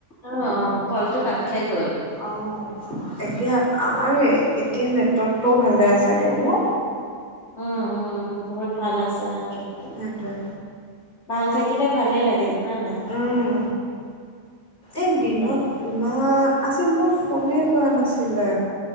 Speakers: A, on the left; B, on the left.
A: অ', অ', কলটো কাট খাই গ'ল।
B: অঁ এতিয়া আৰু এতিয়া নেটৱৰ্কটোও ভালে আছে দিয়া ন।
A: উম উম বহুত ভাল আছে নেটৱৰ্ক টো,
B: সেই টোৱে।
A: ভাল থাকিলে ভালে লাগে জানা নাই।
B: উম, এই দিনো,
A: বেয়া
B: ইমান আজি মোৰ ফোনে যোৱা নাছিলে।